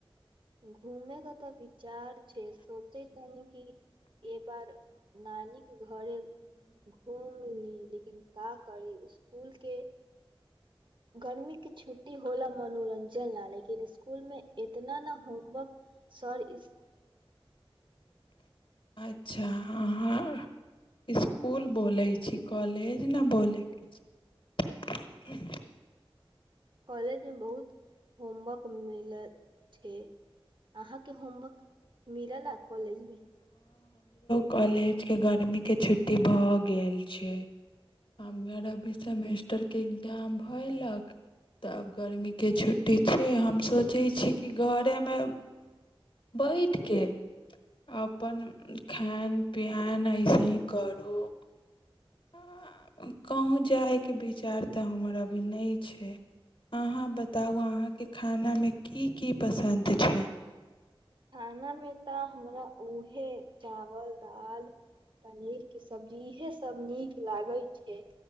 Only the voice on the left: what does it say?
अच्छा ह-ह इसकुल बोले छी कॉले। तेज न बोलै के छै <inaudible>
कॉलेज के गर्मी के छुट्टी भऽ गेल छै। हम अर अभी सेमेस्टरके एग्जाम भयलक तऽ आब गर्मीके छुट्टी छै हम सोचै छी कि घरेमे। बैठि कऽ अपन खान पिियान अयसे ही करू। <unintelligible> कहुँ जाइके विचार तऽ हमर अभी नहि छै अहाँ बताउ अहाँके खानामे की की पसन्द छै।